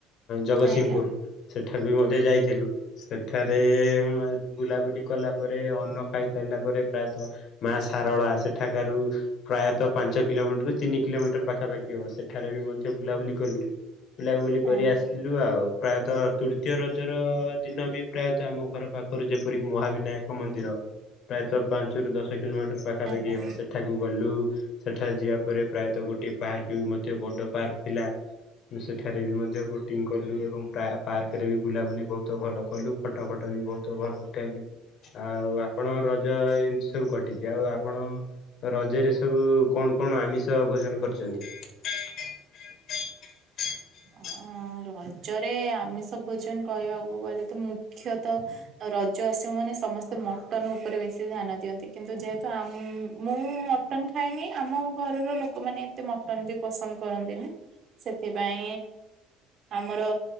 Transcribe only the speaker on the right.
ଆଜ୍ଞା
ଆଜ୍ଞା
ଆଜ୍ଞା
ଅ ରଜରେ ଆମିଷ ଭୋଜନ କହିବାକୁ ଗଲେ ତ ମୁଖ୍ୟତଃ ରଜ ଆସିବ ମାନେ ସମସ୍ତେ ମଟନ୍ ଉପରେ ବେଶୀ ଧ୍ୟାନ ଦିଅନ୍ତି କିନ୍ତୁ ଯେହେତୁ ମୁଁ ମଟନ ଖାଏନି ଆମ ମୋ ଘରର ଲୋକମାନେ ଏତେ ମଟନ ବି ପସନ୍ଦ କରନ୍ତିନି ସେଥିପାଇଁ ଆମର